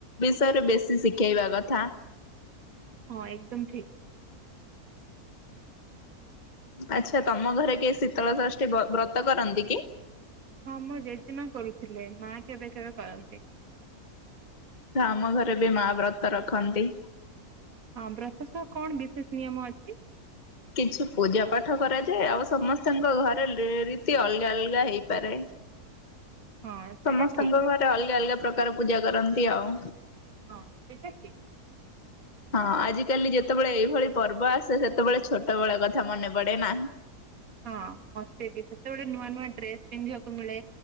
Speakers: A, on the left (about 35°); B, on the right (about 65°).
A: ବିଷୟରେ ବେଶୀ ଶିଖେଇବା କଥା।
B: ହଁ ଏକଦମ ଠିକ।
A: ଆଚ୍ଛା ତମ ଘରେ କିଏ ଶୀତଳ ଷଷ୍ଠୀ ବ ବ୍ରତ କରନ୍ତି କି?
B: ହଁ ମୋ ଜେଜେମା କରୁଥିଲେ ମା କେବେ କେବେ କରନ୍ତି।
A: ଆାମ ଘରେ ବି ମା ବ୍ରତ ରଖନ୍ତି।
B: ହଁ ବ୍ରତସ୍ କଣ ବିଶେଷ ନିୟମ ଅଛି।
A: କିଛି ପୂଜା ପାଠ କରାଯାଏ ଆଉ ସମସ୍ତଙ୍କ ଘରେ ରୀତି ଅଲଗା ଅଲଗା ହେଇପାରେ।
B: ହଁ ସେଇଟା
A: ସମସ୍ତଙ୍କ
B: ଠିକ
A: ଘରେ ଅଲଗା ଅଲଗା। ପ୍ରକାର ପୂଜା କରନ୍ତି ଆଉ।
B: ହଁ ତ୍ରିଚାଠୀ।
A: ହଁ ଆଜିିକାଲି ଯେତେବେଳେ ଏଇଭଳି ପର୍ବ ଆସେ ସେତେବେଳେ ଛୋଟ ବେଳକଥା ମନେ ପଡେ ନା।
B: ହଁ ମତେ ବି ସେତେବେଳେେ ନୂଆ ନୂଆ ଡ୍ରେସ ପିନ୍ଧିବାକୁ ମିଳେ